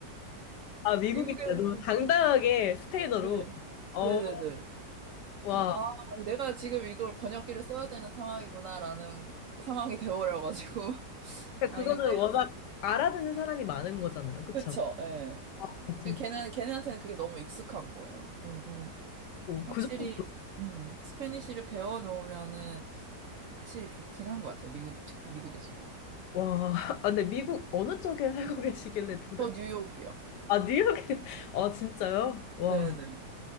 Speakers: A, on the left; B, on the right.
A: 아, 미국이
B: 미국에서,
A: 그래도 당당하게 스페인어로.
B: 네.
A: 어,
B: 네네네.
A: 와.
B: 그래서 아, 내가 지금 이걸 번역기를 써야 되는 상황이구나라는 상황이 되어버려가지고. <laughs>
A: 그러니까
B: 아,
A: 그거는
B: 이게 내가,
A: 워낙 알아듣는 사람이 많은 거잖아요. 그쵸?
B: 그쵸, 예.
A: 아, 진짜.
B: 그냥 걔는, 걔네한테는 그게 너무 익숙한 거예요. 그래서
A: 오,
B: 확실히,
A: 그 정도.
B: 예, 스페니쉬를 배워놓으면은 확실히 좋긴 한 것 같아요. 미국, 특히 미국에서도.
A: 와, <laughs> 아, 근데 미국 어느 쪽에 살고 계시길래 도대체,
B: 저 뉴욕이요.
A: 아, 뉴욕에, <laughs> 아, 진짜요? 와,
B: 네네.